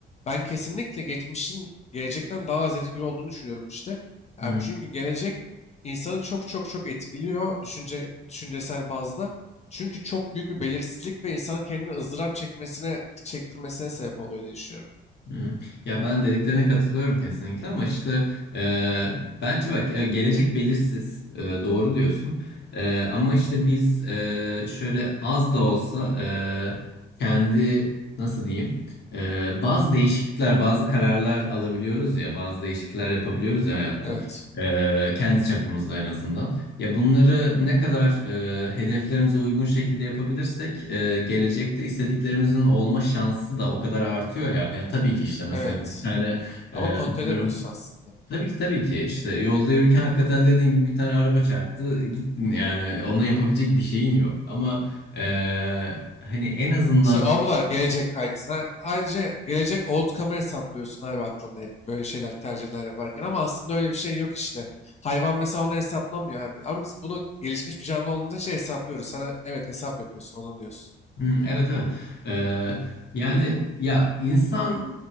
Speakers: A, on the left; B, on the left.
A: ben kesinlikle geçmişin gelecekten daha az etkili olduğunu düşünüyorum işte. Yani
B: Hı hı.
A: çünkü gelecek insanı çok çok çok etkiliyor düşünce, düşüncesel bazda. Çünkü çok büyük bir belirsizlik ve insanın kendini ızdırap çekmesine, çektirmesine sebep oluyor diye düşünüyorum.
B: Hı. Ya ben dediklerine katılıyorum kesinlikle ama işte e, bence bak e, gelecek belirsiz E, doğru diyorsun E, ama işte biz e, şöyle az da olsa e, kendi nasıl diyeyim E, bazı değişiklikler bazı kararlar alabiliyoruz ya bazı değişiklikler yapabiliyoruz ya hayatta
A: Evet.
B: E, kendi çapımızda en azından. Ya bunları ne kadar e, hedeflerimize uygun şekilde yapabilirsek e, gelecekte istediklerimizin olma şansı da o kadar artıyor ya. Ya tabii ki işte mesela
A: Evet.
B: bir tane e,
A: Ama kontrol
B: atıyorum.
A: edemiyorsun aslında.
B: Tabii ki tabii ki işte yolda yürürken hakikaten dediğin gibi bir tane araba çarptı gittin yani ona yapabilecek bir şeyin yok. Ama e, hani en azından
A: İşte o da gelecek kaygısı, Ayrıca gelecek outcome'ı hesaplıyorsun abi aklında hep böyle şeyler tercihler yaparken. Ama aslında öyle bir şey yok işte. Hayvan mesela onu hesaplamıyor abi. Ama biz bunu gelişmiş bir canlı olduğumuz için şey hesaplıyoruz. Sana evet hesap yapıyorsun onu diyorsun.
B: Hmm, evet evet. Ee, yani ya insan